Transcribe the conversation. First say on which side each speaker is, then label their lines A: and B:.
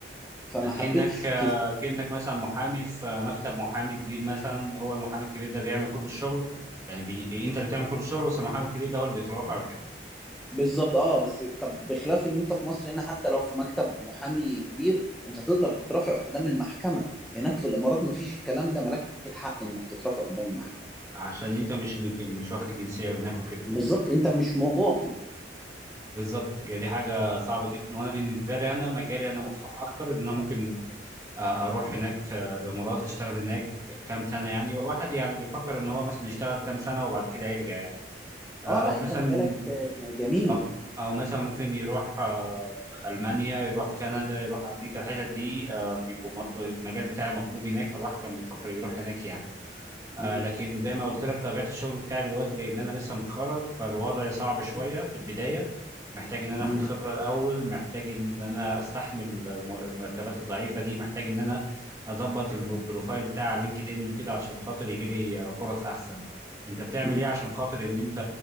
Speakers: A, in the centre; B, on the right.
A: فما
B: اكنك
A: حبيتش
B: آه، اكنك مثلا محامي في مكتب محامي كبير مثلا هو المحامي الكبير ده بيعمل كل الشغل يعني بي... انت اللي بتعمل كل الشغل بس المحامي الكبير ده هو اللي بيترافع كده
A: بالظبط اه بس طب بخلاف ان انت في مصر هنا حتى لو في مكتب محامي كبير انت تقدر تترافع قدام المحكمة هناك في الامارات مفيش الكلام ده مالك الحق انك تترافع قدام المحكمة
B: عشان انت مش مج... مش واخد الجنسيه هناك وكده
A: مم. بالظبط انت مش مواطن
B: بالظبط يعني دي حاجه صعبه جدا وانا بالنسبه لي انا مجالي انا مفتوح اكتر ان انا ممكن آه، اروح هناك آه، الامارات اشتغل هناك كام سنه يعني والواحد يعني بيفكر ان هو مثلا يشتغل كام سنه وبعد كده يرجع يعني آه، او
A: اه لا انت
B: مثلا
A: مجالك آه، جميل
B: او او مثلا ممكن يروح آه، المانيا يروح كندا يروح امريكا الحتت دي آه، بيبقوا م- المجال بتاعي مطلوب هناك فالواحد كان بيفكر يروح هناك يعني آه
A: مم.
B: لكن زي ما قلت لك طبيعة الشغل بتاعي دلوقتي لأن أنا لسه متخرج فالوضع صعب شوية في البداية محتاج إن أنا
A: مم.
B: آخد خبرة الأول محتاج إن أنا أستحمل الم- المرتبات الضعيفة دي محتاج إن أنا أظبط الم- البروفايل بتاع على لينكد إن وكده عشان خاطر يجي لي آه، فرص أحسن أنت بتعمل
A: مم.
B: إيه عشان خاطر إن أنت